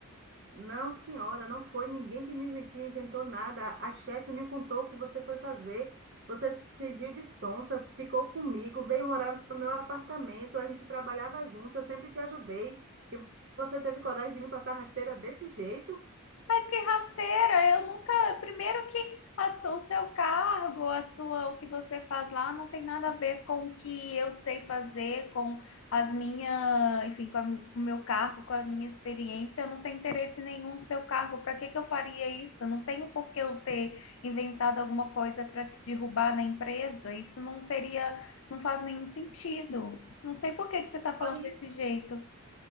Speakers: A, on the right; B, on the left.
A: Não, senhora, não foi ninguém que me que inventou nada. A chefe me contou o que você foi fazer. Você se fingiu de sonsa, ficou comigo, veio morar no meu apartamento. A gente trabalhava junto, eu sempre te ajudei. E você teve coragem de me passar rasteira desse jeito?
B: Mas que rasteira, eu nunca. Primeiro que a su- o seu cargo, a sua, o que você faz lá não tem nada a ver com o que eu sei fazer, com as minhas, enfim, com, a- com o meu cargo, com a minha experiência. Eu não tenho interesse nenhum no seu cargo. Para que que eu faria isso? Não tenho por que eu ter inventado alguma coisa para te derrubar na empresa. Isso não teria, não faz nenhum sentido. Não sei por que que você está falando
A: Foi,
B: desse
A: i-
B: jeito.